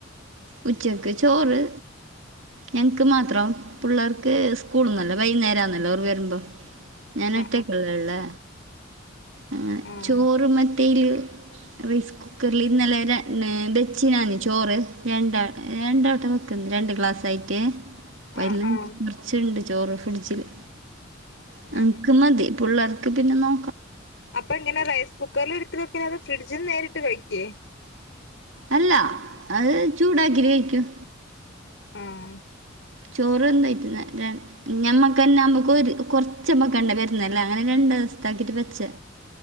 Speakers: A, on the right (about 65°); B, on the left (about 65°).
A: ഉച്ചക്ക് ചോറ് ഞങ് ക്ക് മാത്രം പുള്ളേർക്ക് സ്കൂൾന്നല്ലെ വൈന്നേരാന്നല്ലോ അവർ വര്മ്പം ഞാൻ
B: ആഹ്
A: ഒറ്റയ്ക്കല്ലെള്ളേ
B: ആഹ്
A: അങ്ങനെ
B: ആഹ്
A: ചോറ് മറ്റെയ്ല് റൈസ് കു കുക്കറ്ല് ഇന്നലെ ര ബെച്ചി ഞാന് ചോറ് രണ്ടാ രണ്ട് വട്ടം വെ ക്കുന്ന് രണ്ട് ഗ്ലാസ് ആയിട്ട് അപ്പം
B: ആഹ്
A: എല്ലം
B: ആഹ്
A: കൊർച്ചുണ്ട് ചോറ് ഫ്രിഡ്ജില് ഞങ്ങക്ക്
B: അതെ
A: മതി പുള്ളേർക്ക് പിന്നെ നോ
B: അപ്പ എങ്ങനെ റൈസ് കുക്കറ്ല് ഇട്ത്ത് വെക്കലൊ അതൊ ഫ്രിഡ്ജിന്ന് നേരിട്ട് കഴിയ്ക്ക്യേ
A: അല്ല അത് ചൂടാക്കിട്ട് കഴിക്കും
B: ആഹ്
A: ചോറ് വെന്തഴറ്റുന്ന ര ഞമ്മക്കന്നെ നമ്മക്ക് ഒര് കൊർച്ചമ്മക്കണ്ട വര്ന്നല്ലേ അങ്ങനെ രണ്ട്സ്ത്താക്കിട്ട് ബെച്ച്